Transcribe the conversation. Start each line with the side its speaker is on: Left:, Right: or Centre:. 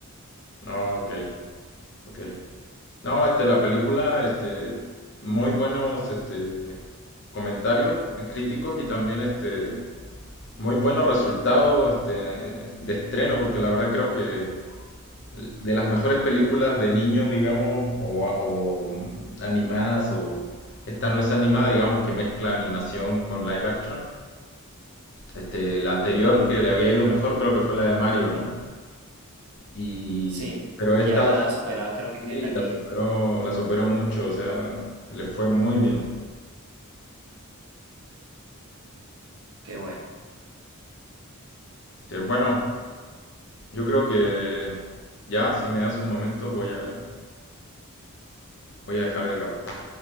Left: Ah, ok, ok. No, este, la película, este, muy buenos, este, comentarios eh, críticos y también, este, muy buenos resultados, este, de estreno, porque la verdad creo que de las mejores películas de niños, digamos, o, a- o mm, animadas, o esta no es animada, digamos, que mezcla animación con live action. Este, la anterior que le había ido mejor creo que fue la de Mario, ¿no? Y,
Right: Sí,
Left: pero esta
Right: ya la
Left: la,
Right: ha superado
Left: sí,
Right: creo que en taquilla.
Left: la superó, la superó mucho, o sea, le fue muy bien.
Right: Qué bueno.
Left: Este, bueno, yo creo que ya, si me das un momento, voy a, voy a dejar de grabar.